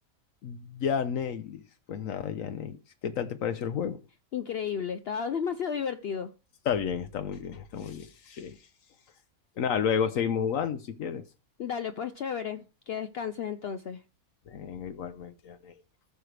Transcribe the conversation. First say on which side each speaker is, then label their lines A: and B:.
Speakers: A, on the left; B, on the left.
A: Yanelis, pues nada, Yanelis, ¿qué tal te pareció el juego?
B: increíble, estaba <laughs> demasiado divertido.
A: Está bien, está muy bien, está muy bien. Sí. Nada, luego seguimos jugando si quieres.
B: Dale, pues chévere, que descanses entonces.
A: Venga, igualmente, Yanelis.